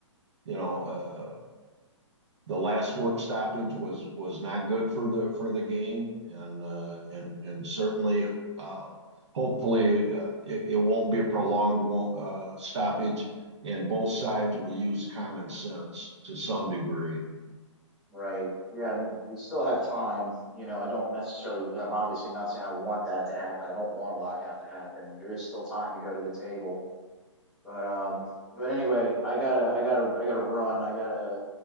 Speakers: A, on the right; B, in the centre.
A: you know, uh, the last work stoppage was was not good for the for the game, and uh, and and certainly, uh, hopefully, uh, it, it won't be a prolonged uh, stoppage, and both sides will use common sense to some degree.
B: Right. Yeah. I mean, they still have time. You know, I don't necessarily, I'm obviously not saying I want that to happen. I don't want a lockout to happen. There is still time to go to the table. But, um, but anyway, I gotta, I gotta, I gotta run. I got a